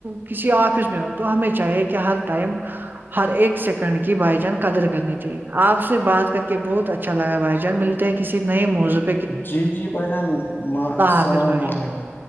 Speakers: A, on the right (about 45°); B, on the left (about 45°).
A: کسی آفس میں ہو تو ہمیں چاہیے کہ ہر ٹائم ہر ایک سیکنڈ کی بھائی جان قدر کرنی چاہیے آپ سے بات کر کے کہ بہت اچھا لگا بھائی جان ملتے ہیں کسی نئے موضوعہ
B: جی جی بھائی جان السلام
A: حافظ بھائی جان
B: علیکم